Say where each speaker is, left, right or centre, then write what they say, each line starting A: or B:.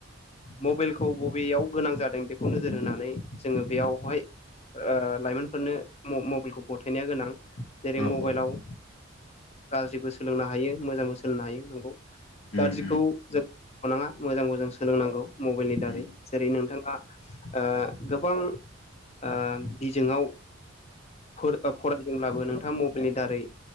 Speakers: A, on the left; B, on the left.
A: मबेलखौ बबेयाव गोनां जादों बेखौ नोजोर होनानै जोङो बेयावहाय ओ लाइमोनफोरनो म-मबेलखौ गथायनो गोनां जेरै
B: औ
A: मबाइलाव
B: औ
A: गाज्रिबो सोलोंनो हायो मोजांबो सोलोंनो हायो नंगौ गाज्रिखौ
B: उम उम
A: जोंङो <inaudible> मोजांबो जों सोलोंनांगौ मबाइलनि दारै
B: उम
A: जेरै नोंथाङा ओ गोबां ओ बिजोङाव फोर फरायदोंब्लाबो नोंथाङा मबेलनि दारै